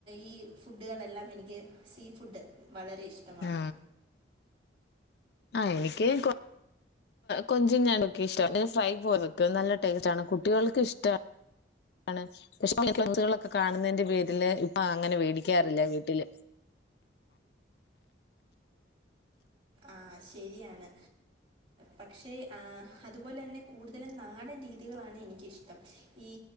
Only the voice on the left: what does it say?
ആ ആ എനിക്ക് കൊ കൊഞ്ചും ഞണ്ടൊക്കെ ഇഷ്ട ഫ്രൈ പോത്ക്ക നല്ല ടേസ്റ്റ്ണ് കുട്ടികൾക്ക് ഇഷ്ടാണ് പക്ഷെ സോഡ്സ് കളൊക്കെ കാണുന്നതിന്റെ പേരില് ഇപ്പൊ അങ്ങനെ മേടിക്കാറില്ല വീട്ടില്